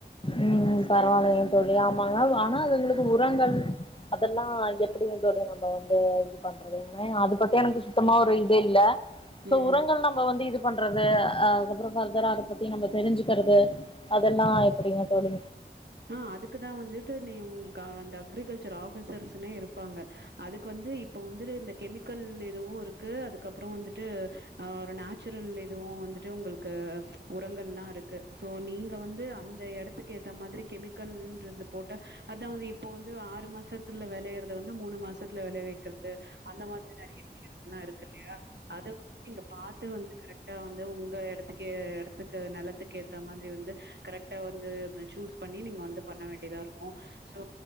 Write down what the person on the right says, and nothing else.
ம்.
ஆ அதுக்குதா வந்துட்டு நீ உங்களுக்கு அந்த அக்ரிகல்ச்சர் ஆஃபிசர்ஸ்னே இருப்பாங்க அதுக்கு வந்து இப்ப வந்து இந்த கெமிக்கல் இதுவு இருக்கு அதுக்கப்புறொ வந்துட்டு ஆ ஒரு நேச்சுரல் இதுவு வந்துட்டு உங்களுக்கு உரங்கள்லா சோ நீங்க வந்து அங்க எட துக்கேத்த மாதிரி கெமிக்கல்ன்றது போட்டா அதா வந்து இப்போ வந்து ஆறு மாசத்துல வெளையறத வந்து மூணு மாசத்துல வெளையவெக் குறது அந்த மாதிரி நெறைய விஷயங்கள்லா இருக்கு இல்லையா அது நீங்க பாத்து வந்து கரெக்டா வந்து உங்க இடத்துக்கே இடத்துக்கு நிலத்துக்கு ஏத்த மாரி வந்து கரெக்டா வந்து சூஸ் பண்ணி நீங்க வந்து பண்ண வேண்டியதா இருக்கு சோ